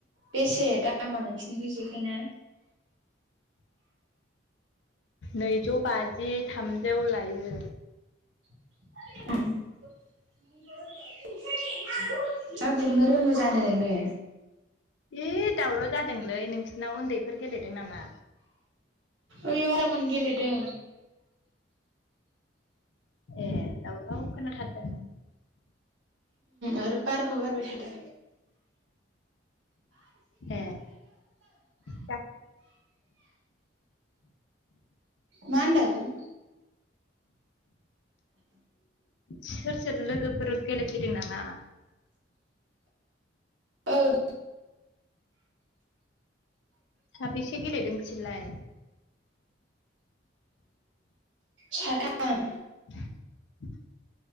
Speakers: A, on the right (about 80°); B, on the left (about 75°).
A: बेसे दामा नोंसिनिखौ जेखायना
B: <inaudible> नैजौ बाजि थामजौ लायो
A: <unintelligible> ना गुरनो रोङो जानो नोङो?
B: ए दावराव जादोंलै नोंसिनाव उन्दैफोर गेलेदों नामा?
A: ओयाव आजामोन गेलेदों।
B: ए दाउ दाव खोनाथारादों।
A: आरो बारबो बारबाय थादों।
B: ए दा
A: मा होनदों?
B: सोर सोर लोगोफोर गेलेफैदों नामा?
A: ओं
B: साबेसे गेलेदों बिसोरलाय?
A: साथाम।
B: <unintelligible>